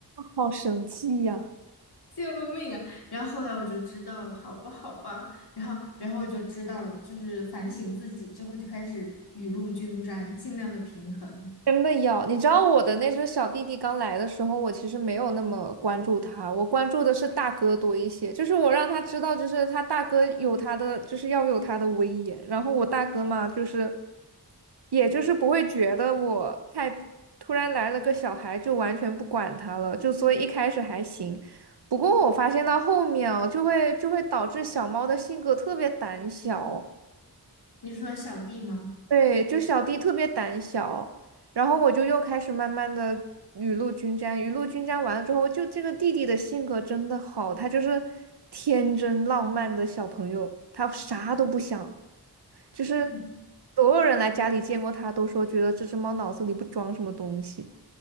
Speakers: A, on the right; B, on the left.
A: 好生气呀、
B: 救命啊！然后后来我就知道了，好吧，好吧，然后，然后我就知道了，就是反省自己之后就开始雨露均沾，尽量的平衡。
A: 真的要，你知道我的那只小弟弟刚来的时候，我其实没有那么关注他，我关注的是大哥多一些。就是我让他知道，就是他大哥有他的，就是要有他的威严。然后我大哥嘛，就是也就是不会觉得我太突然来了个小孩就完全不管他了，就所以一开始还行。不过我发现到后面哦，就会就会导致小猫的性格特别胆小。
B: 你说小弟吗？
A: 对，就小弟特别胆小，然后我就又开始慢慢的雨露均沾，雨露均沾完了之后，就这个弟弟的性格真的好，他就是天真浪漫的小朋友，他啥都不想，就是
B: 嗯，
A: 所有人来家里见过他都说觉得这只猫脑子里不装什么东西，